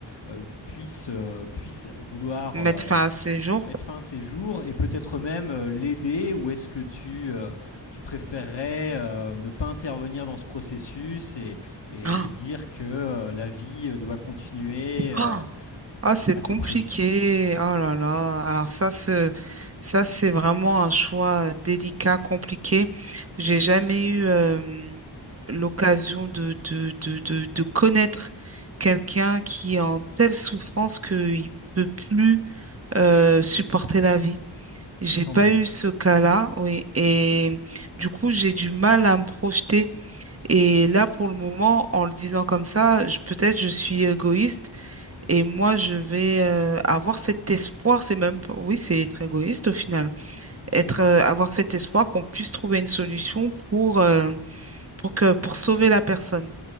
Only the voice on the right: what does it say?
mettre
fin à ce jour.
Ah.
ah. Ah, c'est
compliqué.
Oh là là. Alors ça, c'est, ça, c'est vraiment un choix euh, délicat, compliqué. J'ai jamais eu euh, l'occasion de, de, de, de, de connaître quelqu'un qui est en telle souffrance qu'il peut plus euh, supporter la vie. J'ai
pas
eu ce cas-là, oui. Et du coup, j'ai du mal à me projeter. Et là, pour le moment, en le disant comme ça, je- peut-être je suis égoïste. Et moi, je vais euh, avoir cet espoir, c'est même, pas- oui, c'est être égoïste au final, être, euh, avoir cet espoir qu'on puisse trouver une solution pour, euh, pour que, pour sauver la personne.